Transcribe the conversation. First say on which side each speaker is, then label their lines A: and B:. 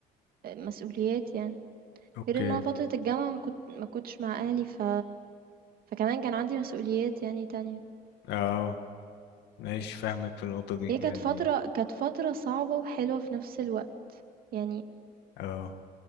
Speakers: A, on the right; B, on the left.
A: مسؤوليات يعني
B: اوكي
A: غير ان انا فترة الجامعة ما كنت ما كنتش مع اهلي ف فكمان كان عندي مسؤوليات يعني تانية
B: اه ماشي فاهمك في النقطه دي
A: هي كانت
B: يعني
A: فترة كانت فترة صعبة وحلوة في نفس الوقت يعني
B: اه